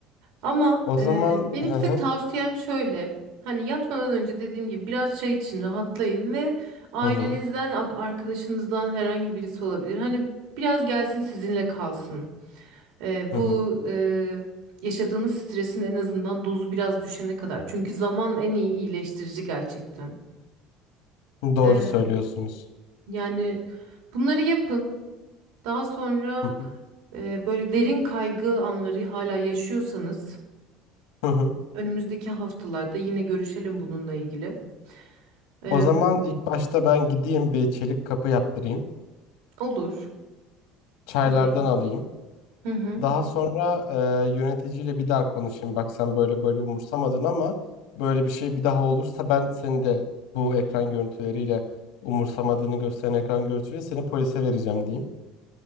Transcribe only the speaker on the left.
O
zaman
hı
hı.
Hı hı.
Hı
hı.
Doğru
söylüyorsunuz.
Hı hı.
Hı hı.
O zaman ilk başta ben gideyim bir çelik kapı yaptırayım.
Çaylardan
alayım.
Daha sonra e, yöneticiyle bir daha konuşayım. Bak sen böyle böyle umursamadın ama böyle bir şey bir daha olursa ben seni de bu ekran görüntüleriyle umursamadığını gösteren ekran görüntüsüyle seni polise vereceğim diyeyim.